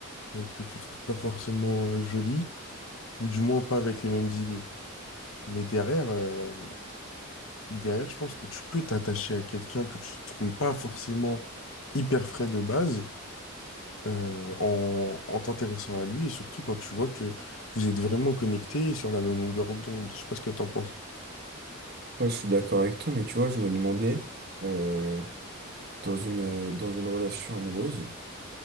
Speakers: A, on the left; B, on the right.
A: euh, que tu trouves pas forcément euh, joli, ou du moins pas avec les mêmes idées. Mais derrière, euh, derrière, je pense que tu peux t'attacher à quelqu'un que tu trouvais pas forcément hyper frais de base euh, en, en t'intéressant à lui et surtout quand tu vois que vous êtes vraiment connectés et sur la même longueur d'onde. Je sais pas ce que t'en penses.
B: Ouais, je suis d'accord avec toi, mais tu vois, je me demandais, euh, dans une, dans une relation amoureuse,